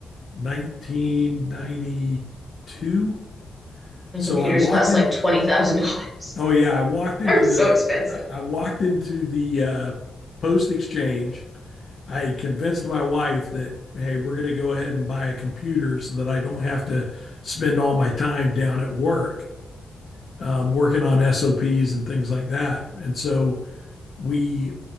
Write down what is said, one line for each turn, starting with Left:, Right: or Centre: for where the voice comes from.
Left: 1992.
Centre: when
Left: So
Centre: computers
Left: I walked
Centre: cost
Left: in.
Centre: like $20,000,
Left: Oh yeah, I
Centre: <laughs>
Left: walked into
Centre: they're
Left: the
Centre: so expensive.
Left: I, I walked into the uh, post exchange. I had convinced my wife that hey, we're going to go ahead and buy a computer so that I don't have to spend all my time down at work. um, working on SOPs and things like that. And so we